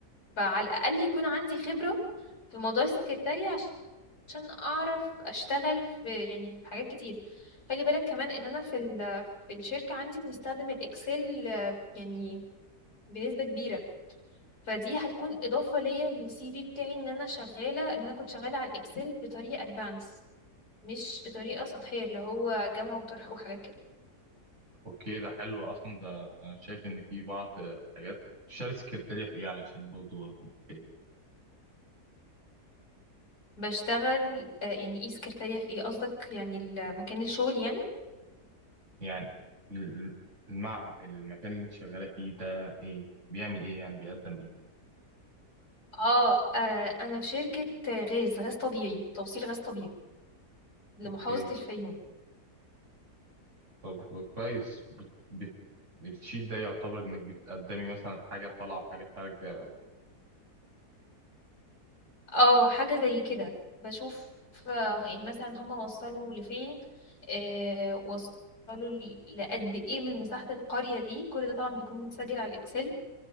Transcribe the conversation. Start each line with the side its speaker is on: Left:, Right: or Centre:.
Left: فعلى الأقل يكون عندي خبرة في موضوع السكرتارية عش- عشان أعرف أشتغل في يعني في حاجات كتير خلي بالك كمان إن أنا في ال في الشركة عندي بنستخدم الإكسل آه، يعني بنسبة كبيرة فدي هتكون إضافة ليا للسي في بتاعي إن أنا شغالة إن أنا كنت شغالة على الإكسل بطريقة أدفانس مش بطريقة سطحية اللي هو جمع وطرح وحاجات كده
Right: اوكي ده حلو اصلا ده انا شايف ان في بعض حاجات شال سكرتيريا في ايه علشان برضه اخد بالي
Left: بشتغل آه، يعني ايه سكرتارية في ايه قصدك يعني ال- مكان الشغل يعني؟
Right: يعني ال- المع المكان اللي انت شغالة فيه ده ايه بيعمل ايه يعني بيقدم ايه
Left: اه آه، انا في شركة غاز غاز طبيعي توصيل غاز طبيعي لمحافظة
Right: اوكي
Left: الفيوم
Right: طب كويس بت... بت... الشيت ده يعتبر انك بتقدمي مثلا حاجة طالعة وحاجة خارجة
Left: اه حاجة زي كده بشوف آه، يعني مثلا هما وصلوا لفين آه وصلوا ل- لقد ايه من مساحة القرية دي كل ده طبعا بيكون متسجل على الاكسل